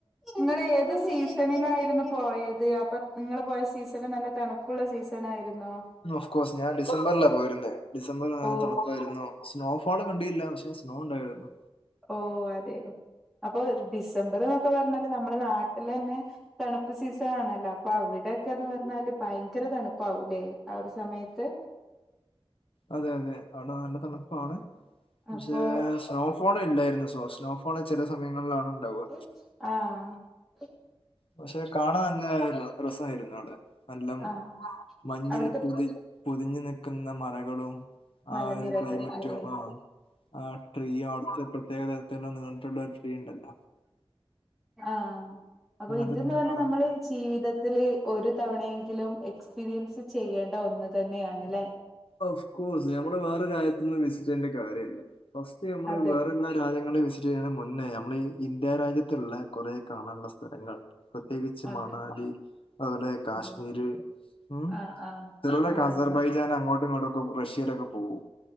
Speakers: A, in the centre; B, on the left (about 65°).
A: നിങ്ങളേ തു സീസണിലായിരുന്നു പോയത് അപ്പൊ നിങ്ങൾ പോയ സീസൺ നല്ല തണുപ്പുള്ള സീസണായിരുന്നോ
B: ഉം ഒഫ്കോഴ്സ് ഞാൻ ഡിസംബറിലാ പോയിരുന്നത് ഡിസംബറിൽ നല്ല
A: ഓ
B: തണുപ്പായിരുന്നു സ്നോഫോൾ കണ്ടീല്ല പക്ഷെ സ്നോ ഉണ്ടായിരുന്നു
A: ഓ അതെയോ അപ്പൊ ഡിസംബർന്നൊക്കെ പറഞ്ഞാല് നമ്മളെ നാട്ടില് തന്നെ തണുപ്പ് സീസൺ ആണല്ലോ അപ്പൊ അവിടെയെക്കെന്ന് പറഞ്ഞാല് ഭയങ്കര തണുപ്പാവൂലേ ആ ഒരു സമയത്ത്
B: അതെ അതെ അവിടെ നല്ല തണുപ്പാണ് പക്ഷേ
A: അപ്പൊ
B: സ്നോഫ് ഫോളില്ലായിരുന്നു സോ സ്നോഫാൾ ചെല സമയങ്ങളിലാണ് ഉണ്ടാവുക
A: ആഹ്
B: പക്ഷെ കാണാൻ നല്ല ഒരു രസായിരുന്നു അവ്ടെ നല്ലം
A: ആ
B: മഞ്ഞിൽപുതി
A: അവിടുത്തെ
B: പുതിഞ്ഞു നിക്കുന്ന മലകളും ആ
A: മലനിരകൾ
B: ഒരു ക്ലൈമറ്റും
A: അതെ
B: ആ ആ ട്രീയും അവിടുത്തെ പ്രത്യേക തരത്തിലുള്ള നീണ്ടിട്ടുള്ളരു ട്രീ ഉണ്ടല്ല
A: ആഹ് അപ്പൊ
B: അതെല്ലാം
A: ഇതന്ന് പറഞ്ഞാ
B: കാണാൻ
A: നമ്മള് ജീവിതത്തില് ഒരു തവണയെങ്കിലും എക്സ്പീരിയൻസ് ചെയ്യേണ്ട ഒന്ന് തന്നെയാണ്ല്ലേ
B: ഒഫ്കോഴ്സ് ഞമ്മള് വേറെ രാജ്യത്ത്ന്നും വിസിറ്റ് ചെയ്യേണ്ട കാര്യല്ല ഫസ്റ്റ് നമ്മള്
A: അതെ
B: വേറെല്ലാ രാജ്യങ്ങളും വിസിറ്റ് ചെയ്യണ മുന്നേ ഞമ്മള് ഈ ഇന്ത്യാ രാജ്യത്തുള്ള കൊറേ കാണാനുള്ള സ്ഥലങ്ങൾ പ്രത്യേകിച്ച്
A: അതെ
B: മണാലി അതുപോലെ കാശ്മീര്
A: അതെ
B: ഉം
A: ആഹ് ആഹ്
B: ചെലോരെക്കെ
A: ആഹ്
B: അസർബൈജാൻ
A: അതെ
B: അങ്ങോട്ടും ഇങ്ങോട്ടൊക്കും റഷ്യയിലൊക്കെ പോവും